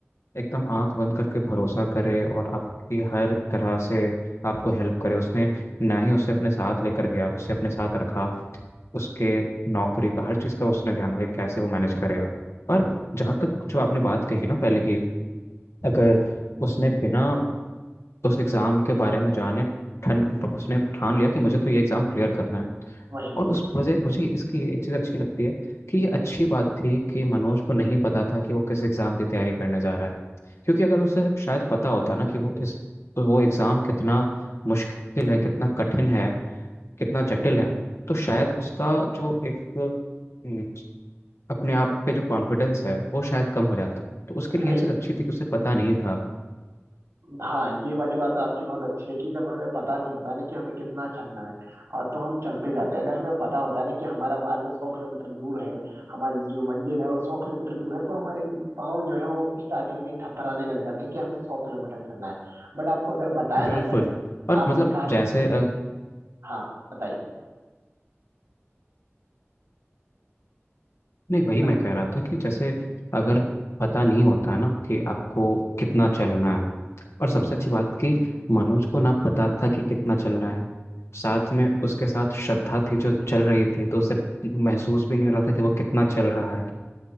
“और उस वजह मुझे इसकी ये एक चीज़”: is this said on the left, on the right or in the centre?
Left